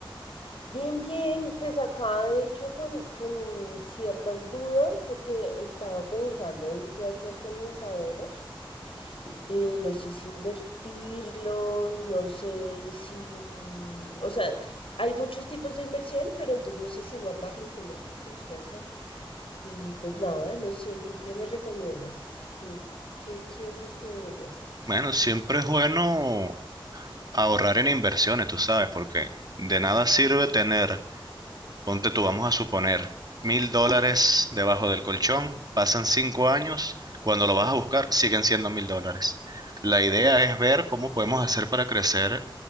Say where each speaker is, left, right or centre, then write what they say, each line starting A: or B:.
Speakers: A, on the left; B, on the right.
A: Bien, bien, pues acá de hecho con, con ciertas dudas porque estaba pensando en qué hacer con mis ahorros. Eh, no sé si invertirlos, no sé si... O sea, hay muchos tipos de inversión, pero entonces no sé si guardarlos, invertirlos, qué hacer. Y pues nada, no sé, ¿tú qué me recomiendas? ¿Qué, qué piensas que debería hacer?
B: Bueno, siempre es bueno ahorrar en inversiones, tú sabes, porque de nada sirve tener, ponte tú, vamos a suponer, mil dólares debajo del colchón, pasan cinco años, cuando lo vas a buscar siguen siendo mil dólares. La idea es ver cómo podemos hacer para crecer